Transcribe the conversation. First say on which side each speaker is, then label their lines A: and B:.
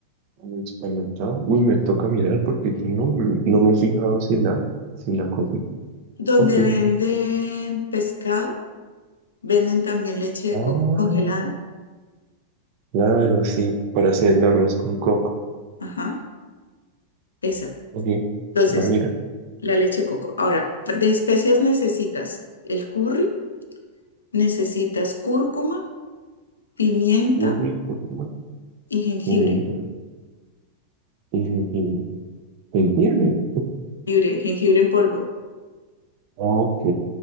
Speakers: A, on the right; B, on the left.
A: En el supermercado. Uy, me toca mirar porque yo no, no me he fijado si la, si la conseguí.
B: Donde
A: Ok.
B: venden pescado, venden también leche
A: Ah,
B: de coco congelada.
A: claro, sí. Para hacer el arroz con coco.
B: Ajá, esa.
A: Ok.
B: Entonces,
A: Voy a mirar.
B: la leche de coco. Ahora, de especias necesitas el curry, necesitas cúrcuma, pimienta
A: Curry, cúrcuma,
B: y jengibre.
A: pimienta y jengibre. ¿Jengibre?
B: Jengibre, jengibre en polvo.
A: Ok.